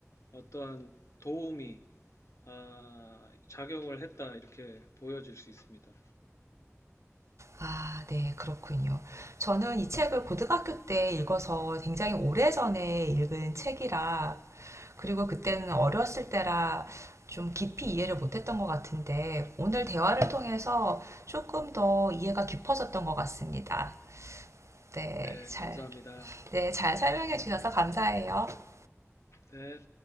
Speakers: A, on the left; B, on the right.
A: 어떠한 도움이 아, 작용을 했다 이렇게 보여질 수 있습니다.
B: 아, 네, 그렇군요. 저는 이 책을 고등학교 때 읽어서 굉장히 오래전에 읽은 책이라 그리고 그때는 어렸을 때라 좀 깊이 이해를 못했던 것 같은데 오늘 대화를 통해서 조금 더 이해가 깊어졌던 것 같습니다. 네,
A: 네,
B: 잘,
A: 감사합니다.
B: 네, 잘 설명해 주셔서 감사해요.
A: 네.